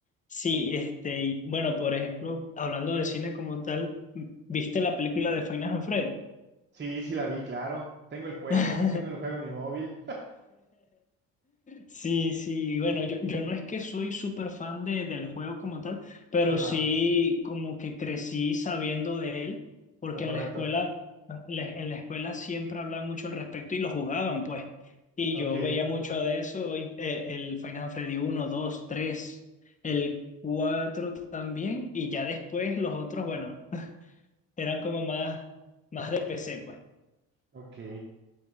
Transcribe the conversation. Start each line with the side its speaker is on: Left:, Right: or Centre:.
Left: Sí, este, y bueno, por ejemplo, hablando de cine como tal, ¿viste la película de Final and Freddy?
Right: Sí, sí la vi, claro. Tengo el juego,
Left: <laughs>
Right: tengo el juego en mi móvil.
Left: Sí, sí, bueno, yo, yo no es que soy súper fan de, del juego como tal, pero
Right: Ajá,
Left: sí como que crecí sabiendo de él, porque
Right: o correcto.
Left: en la escuela, en la en la escuela siempre hablaban mucho al respecto y lo jugaban, pues. Y
Right: Ok,
Left: yo veía mucho de eso, y, eh, el Final Freddy uno, 2, 3, el 4 también, y ya después los otros, bueno, <laughs> eran como más, más de PC, pues.
Right: ok.